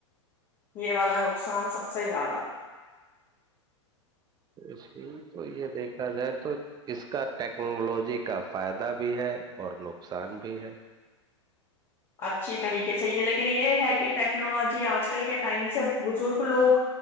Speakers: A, on the left; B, on the right.
A: یہ والا نقصان سب <unintelligible> صحی زیادہ <inaudible>
B: اس تو یہ دیکھا جائے تو اس کا ٹیکنالوجی کا فائدہ بھی ہے <unintelligible> اور نقصان بھی ہے <unintelligible>
A: اچھی طریقے سے یہ لیکن یہ ہے کہ ٹیکنالوجی آج کل کے ٹائم سے بزرگ لوگ